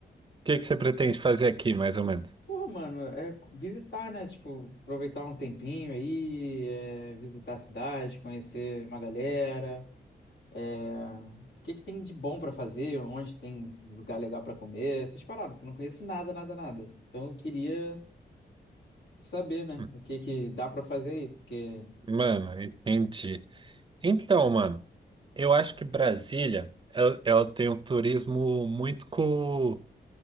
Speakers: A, on the right; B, on the left.
A: que que você pretende fazer aqui, mais ou menos?
B: Pô, mano, é visitar, né? Tipo, aproveitar um tempinho aí, é, visitar a cidade, conhecer uma galera. é, O que que tem de bom pra fazer? Onde tem lugar legal pra comer? Essas paradas, porque eu não conheço nada, nada, nada. Então eu queria saber, né?
A: Hum,
B: O que que dá pra fazer aí, porque...
A: Mano, entendi. Então, mano, eu acho que Brasília, ela, ela tem um turismo muito co...